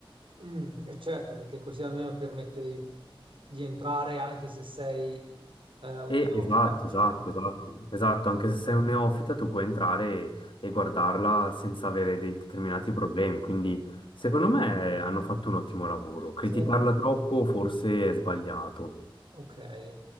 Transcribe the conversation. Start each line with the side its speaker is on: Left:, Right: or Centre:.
Right: Mm, e certo, perché così almeno permette di, di entrare anche se sei eh, un
Left: E
Right: neofita,
Left: esatto,
Right: diciamo.
Left: esatto, esatto, esatto,
Right: Ok.
Left: anche se sei un neofita tu puoi entrare e, e guardarla senza avere dei determinati problemi. Quindi secondo me hanno fatto un ottimo lavoro. Criticarla
Right: Sen-
Left: troppo forse è sbagliato.
Right: ok.